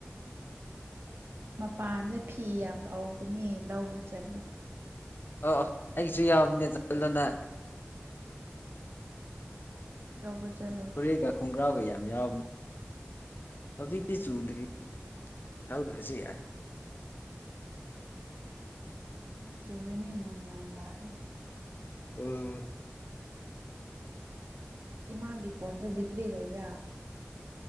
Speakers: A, on the right; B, on the left.
A: ꯃꯄꯥꯟꯗ ꯐꯤ ꯌꯥꯝ ꯐꯧꯕꯅꯦ ꯂꯧꯕ ꯆꯠꯂꯨ꯫
B: ꯑ ꯑꯩꯒꯤꯁꯨ ꯌꯥꯕꯅꯦ ꯆꯠꯂꯣꯅ꯫
A: ꯂꯧꯕ ꯆꯠꯂꯣ
B: ꯐꯨꯔꯤꯠꯒ ꯈꯣꯡꯒ꯭ꯔꯥꯎꯒ ꯌꯥꯝ ꯌꯥꯎ ꯍꯧꯖꯤꯛꯇꯤ ꯆꯨꯗ꯭ꯔꯤ꯫ ꯂꯧꯗ꯭ꯔꯁꯨ ꯌꯥꯏ꯫
A: ꯆꯨꯨꯔꯅꯤ-ꯆꯨꯔꯅꯤ ꯅꯣꯡ ꯌꯥꯝ ꯂꯥꯛꯑꯦ꯫
B: ꯑꯥ꯫
A: ꯏꯃꯥꯡꯒꯤ ꯐꯣꯟꯗꯨꯣ ꯕꯦꯇ꯭ꯔꯤ ꯂꯩꯕ꯭ꯔꯥ